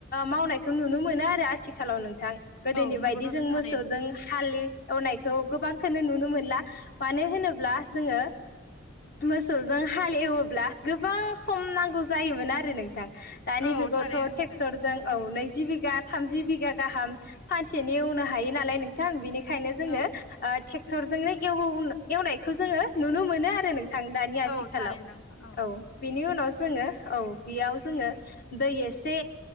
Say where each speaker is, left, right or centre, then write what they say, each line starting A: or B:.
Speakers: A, on the left (about 45°); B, on the left (about 80°).
A: मावनायखौ नुनो मोनो आरो आथिखालाव नोंथां। गोदोनि
B: औ नंगौ
A: बायदि
B: नोंथां
A: जों
B: थारैनो
A: मोसौजों हालि एवनाय स' गोबांखोनो नुनो मोनला, मानो होनोब्ला जोङो मोसौजों हाल एवोब्ला गोबां सम नांगौ जायोमोन आरो नों दानि
B: औ
A: जुगावथ'
B: थारैनो नोंथां
A: ट्रेक्टरजों औ नै जि बिघा थामजि बिघा गाहाम सानसेनि एवनो हायो नालाय नोंथां, बेनि खायनो जोङो
B: औ
A: ट्रेक्टर जोंनो एव‌ एवनायखौ जोङो नुनो मोनो आरो नों थां दानि आथिखालाव।
B: औ थारैनो नोंथां
A: औ बिनि उनाव जोङो औ बेयाव जोङो दै एसे